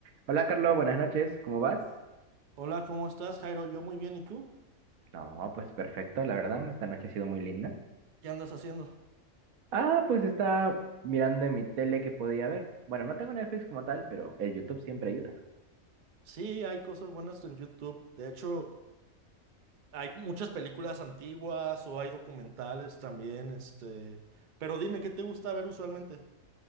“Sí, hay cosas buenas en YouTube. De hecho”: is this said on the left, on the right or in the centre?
Right